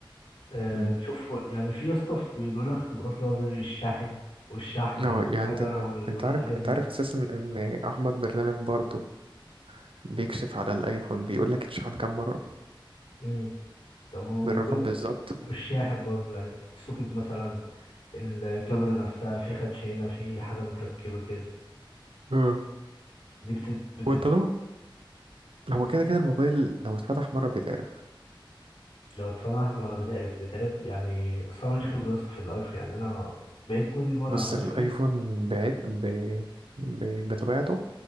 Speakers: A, on the left; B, on the right.
A: آه
B: امم
A: شوف يعني في يا اسطى في- بيقول لك اختبارات اللي هو بيقول الشاحن والشحن
B: اه
A: والكاميرا
B: يعني انت
A: وال-
B: انت
A: والحاجات
B: عارف انت
A: دي
B: عارف اساسا ان احمد برنامج برضه بيكشف على الايفون بيقول لك اتشحن كام مره
A: امم طب و-
B: بالرقم
A: وج-
B: بالظبط
A: والشاحن برضو يعني السوكت مثلا الكاميرا نفسها في خدش هنا في حاجة متركبة كده
B: اه
A: دي بتت, بتت
B: هو طالما هو كده كده الموبايل لو اتفتح مره بيتعرف
A: لو اتفتح مرة بتعرف بتعرف يعني أصلا ماليش خبرة يا اسطى في الأيفون يعني أنا بعيد كل البعد
B: بس
A: عن الأيفون
B: الايفون بعيد ب... ب... بطبيعته